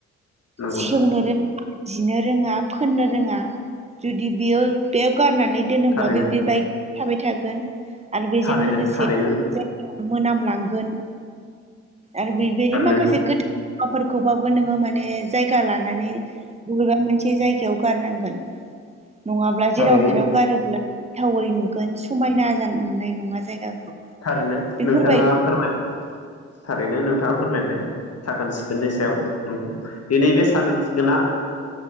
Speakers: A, on the left; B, on the right.
A: नोंथां
B: सेवनो रोङा जिनो रोङा फोननो रोङा जुदि बेयाव बेयाव गारनानै दोनोब्ला
A: थारैनो
B: बे बेबाय थाबाय थागोन आरो बेजों
A: थारैनो
B: लोगोसे
A: थारैनो
B: मोनामलांगोन आरो बेबायदि
A: थारैनो
B: माखासे
A: नोंथां
B: गोथौ मुवाफोरखौ बो नोङो माने जायगा लानानै बबेबा मोनसे जायगायाव गारनांगोन नङाब्ला
A: थारैनो
B: जेराव मेराव गारोब्ला गोथावै नुगोन समायना नुनाय नङा जायगाखौ
A: थारैनो
B: बेफोरबायदि
A: नोंथाङा फोरमायबाय थारैनो नोंथाङा फोरमायबाय साखोन सिखोननि सायाव नंगौ दिनै बे साखोन सिखोना